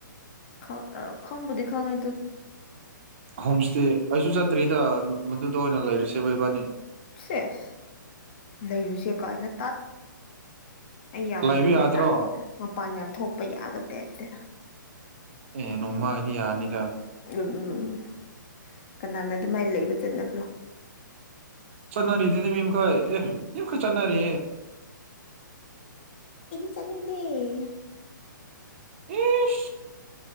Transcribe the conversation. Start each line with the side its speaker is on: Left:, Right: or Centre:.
Left: ꯈ ꯈꯪꯕꯨꯣꯗꯤ ꯈꯪꯥꯏ
Right: ꯍꯣꯝ ꯏꯁꯇꯦ ꯑꯩꯁꯨ ꯆꯠꯇ꯭ꯔꯤꯗ ꯃꯗꯨꯗ ꯑꯣꯏꯅ ꯂꯩꯔꯤꯁꯦ ꯕ ꯏꯕꯥꯅꯤ
Left: ꯁꯦꯁ ꯂꯩꯔꯨꯁꯦ ꯀꯥꯏꯅ ꯇꯥꯠ ꯑꯩ ꯌꯥꯝ
Right: ꯂꯩꯕ
Left: ꯅꯨꯡꯗꯥꯡ
Right: ꯌꯥꯗ꯭ꯔꯣ
Left: ꯃꯄꯥꯟ ꯌꯥꯝ ꯊꯣꯛꯄ ꯌꯥꯕ ꯇꯥꯏꯞꯇꯅ
Right: ꯑꯦ ꯅꯣꯡꯃ ꯏꯌꯥꯅꯤꯗ
Left: ꯑꯗꯨꯝ ꯎ ꯀꯅꯥꯅ ꯑꯗꯨꯃꯥꯏꯅ ꯂꯩꯕ ꯆꯠꯅꯕ꯭ꯔꯣ
Right: ꯆꯠꯅꯥꯔꯤ ꯏꯗꯗꯤ ꯃꯤꯝ ꯈꯣꯏ ꯑꯦꯝ ꯈꯣꯏ ꯆꯠꯅꯔꯤ
Left: ꯆꯅꯤꯗꯤ
Right: ꯎꯝ